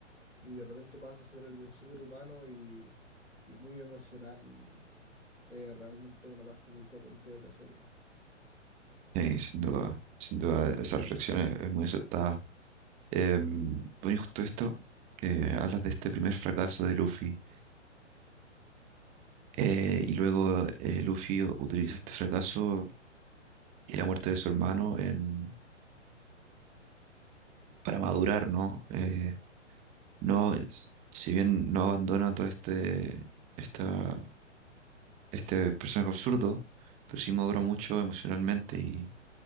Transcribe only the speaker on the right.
Sí, sin duda, sin duda, esa reflexión es, es muy aceptada. Em, bueno, y justo esto, que hablas de este primer fracaso de Luffy, eh, y luego eh, Luffy u- utiliza este fracaso y la muerte de su hermano en, para madurar, ¿no? Eh, no, es- si bien no abandona todo este, esta este personaje absurdo, pero sí madura mucho emocionalmente y,